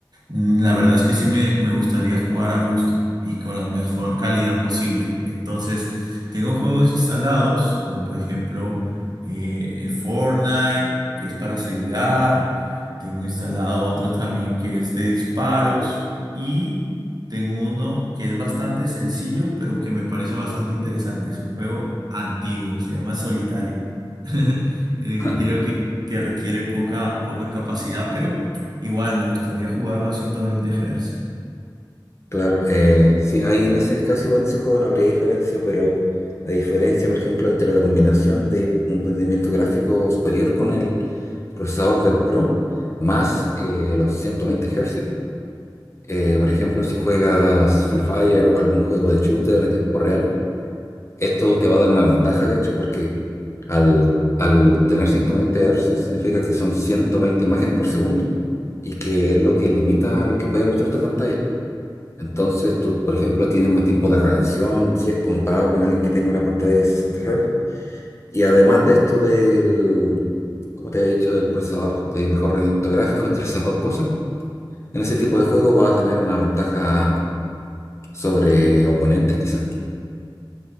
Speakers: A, on the right; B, on the left.
A: Mm, La verdad es que sí me, me gustaría jugar a gusto y con la mejor calidad posible. Entonces, tengo juegos instalados, como por ejemplo eh, Fortnite, que es para celular. Tengo instalado otro también que es de disparos. Y tengo uno que es bastante sencillo, pero que me parece bastante interesante. Es un juego antiguo, se llama Solitario. <laughs> Eh,
B: <laughs>
A: Creo que, que requiere poca, poca capacidad, pero... Igual, me gustaría jugarlo a 120 Hz.
B: Claro, eh, sí, ahí en ese caso, en ese juego no habría diferencia, pero la diferencia, por ejemplo, entre la combinación de un rendimiento gráfico superior con el procesador del Pro más eh, los 120 Hz. Eh, por ejemplo, si juegas Free Fire o algún juego de shooter en tiempo real, esto te va a dar una ventaja, de hecho, porque al, al tener 120 Hz significa que son 120 imágenes por segundo y que es lo que limita lo que puede mostrar tu pantalla. Entonces, tú, por ejemplo, tienes más tiempo de reacción si- comparado con alguien que tenga una pantalla de 60 Hz. Y además de esto del, como te había dicho, del procesador de mejor rendimiento gráfico entre esas dos cosas, en ese tipo de juego va a tener una ventaja sobre oponentes quizás.